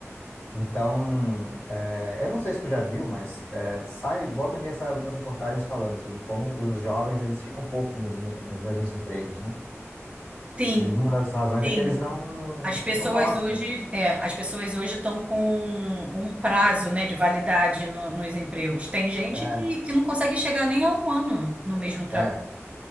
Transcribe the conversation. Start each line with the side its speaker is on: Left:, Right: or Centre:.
Left: Então, é, eu não sei se tu já viu, mas é, sai, volta e meia sai algumas reportagens falando sobre como os jovens eles ficam um pouco nos, me- nos mesmos empregos, né?
Right: Sim,
Left: E, e uma das razões
Right: sim.
Left: é que eles não,
Right: As pessoas
Left: não gostam.
Right: hoje, é, as pessoas hoje estão com um prazo, né, de validade no- nos empregos. Tem gente
Left: é
Right: que, que não consegue chegar nem a um ano no mesmo
Left: é.